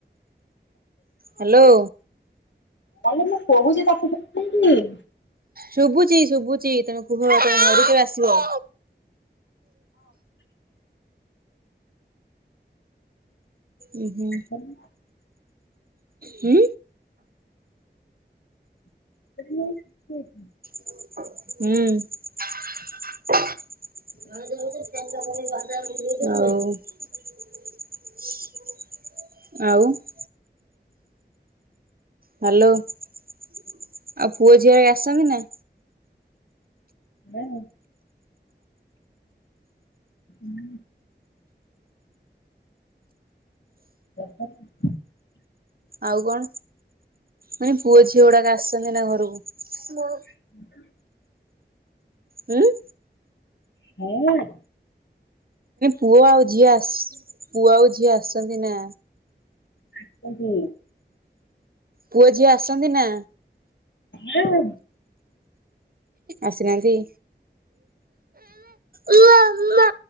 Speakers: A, on the right; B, on the left.
A: ହ୍ୟାଲୋ
B: ଆଲୋ ମୁଁ କହୁଚି ତାକୁ <inaudible>
A: ଶୁଭୁଚି ଶୁଭୁଚି ତମେ କୁହ ତମ ଘରୁକୁ <inaudible> ଆସିବ? ଉୁ ହୁଁ
B: ତାକୁ
A: ହୁଁ।
B: ସେ ସେ <unintelligible>
A: ହୁଁ। ଆଉ ଆଉ। ହ୍ୟାଲୋ ଆଉ ପୁଅ ଝିଅ ଆସିଛନ୍ତି ନା।
B: <unintelligible> ହୁଁ ଦେ <inaudible>
A: ଆଉ କଣ ମାନେ ପୁଅ ଝିଅ ଗୁଡାକ ଆସିଚନ୍ତି ନା ଘରକୁ ହଁ।
B: ହୁଁ <unintelligible>
A: ହୁଁ
B: ହଁ <unintelligible>
A: ପୁଅ ଆଉ ଝିଅ ପୁଅ ଆଉ ଝିଅ ଆସିଛନ୍ତି ନା?
B: ଏ ହି।
A: ପୁଅ ଝିଅ ଆସନ୍ତି ନା?
B: ହ <unintelligible>
A: ଆସିନାହାନ୍ତି। ଉ